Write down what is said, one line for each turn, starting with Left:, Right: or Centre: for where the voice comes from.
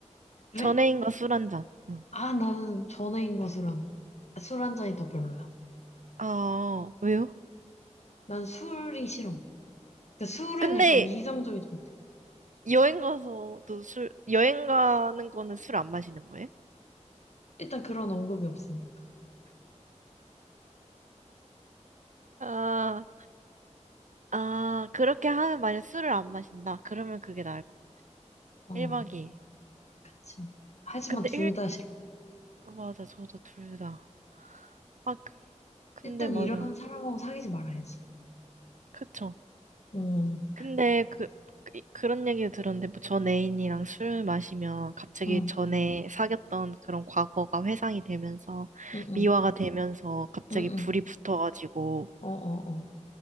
Left: 그래?
Right: 전에인과 술 한 잔. 응.
Left: 아 나는 전애인과 술 한 술 한잔이 더 별로야.
Right: 아, 왜요?
Left: 난 술이 싫어. 그러니까 술은
Right: 근데
Left: 약간 이성적이지 못해.
Right: 여행 가서도 술, 여행 가는 거는 술 안 마시는 거예요?
Left: 일단 그런 언급이 없으니까.
Right: 아, 아, 그렇게 하면 만약 술을 안 마신다. 그러면 그게 나을 거.
Left: 어,
Right: 1박 2일.
Left: 그치. 하지만
Right: 근데
Left: 둘 다 싫어.
Right: 1, 맞아, 저도 둘 다. 아, 그- 근데
Left: 일단
Right: 맞아.
Left: 일어난 사람하고 사귀지 말아야지.
Right: 그쵸.
Left: 응,
Right: 근데 그, 그- 그런 얘기를 들었는데 뭐 전 애인이랑 술 마시면 갑자기
Left: 응.
Right: 전에 사귀었던 그런 과거가 회상이 되면서
Left: 응, 응,
Right: 미화가 되면서 갑자기
Left: 응,
Right: 불이
Left: 응,
Right: 붙어가지고
Left: 어, 어, 어.